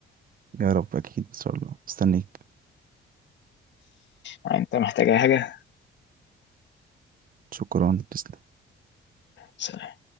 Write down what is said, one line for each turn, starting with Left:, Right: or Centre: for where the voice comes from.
Right: يا رب اكيد ان شاء الله مستنيك
Left: يعني انت محتاج أي حاجة
Right: شكرا تسلم
Left: سلام